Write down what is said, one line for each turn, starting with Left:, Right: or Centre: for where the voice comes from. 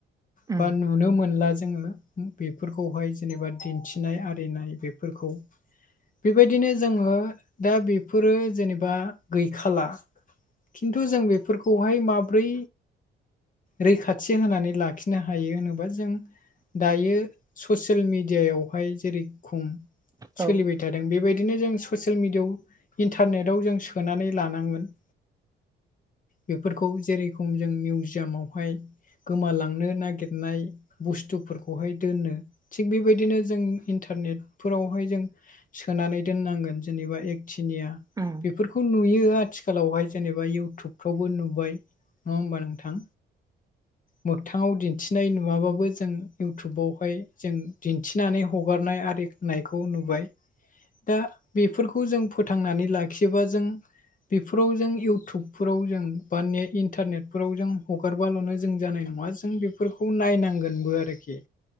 Right: उम
Left: बा नुनो मोनला जोङो बेफोरखौहाय जेनेबा दिन्थिनाय आरिनाय बेफोरखौ बेबायदिनो जोङो दा बेफोरो जेनेबा गैखाला खिन्थु जों बेफोरखौहाय माब्रै रैखाथि होनानै लाखिगोन। नो हायो होनोबा जों दायो ससियेल मिडियायावहाय जेरै- खम
Right: औ
Left: सोलिबाय
Right: नोंथां
Left: थायो। बेबायदिनो जों ससियेल मिडियाआव इन्टारनेटआव जों सोनानै लानांगोन। बेफोरखौ जेरेखम जों मिउजियामावहाय गोमालांनो नागिरनाय बुस्थुफोरखौहाय दोनो थिग बेबायदिनो जों इ इन्टारनेट फोरावहाय जों सोनानै दोननांगोन जेनेबा एक थिनिया
Right: उम औ उम
Left: बेफोरखौ नुयो आथिखा खालावहाय जेनेबा इउटुबफ्रावबो नुबाय नङा होमबा नोंथां? मोगथाङाव दिन्थिनाय नुवाबाबो जों इउटुबावहाय जों दिन्थिनानै हग हगारनाय आरिनायखौ नुबाय। दा बेफोरखौ जों फोथांनानै लाखियोबा जों बेफोराव जों इउटुबफोराव जों बा ने इन्टारनेटफोराव जों हगारबाल'नो जों जानाय नङा। नङा जों बेफोरखौ नायनांगोनबो आरोखि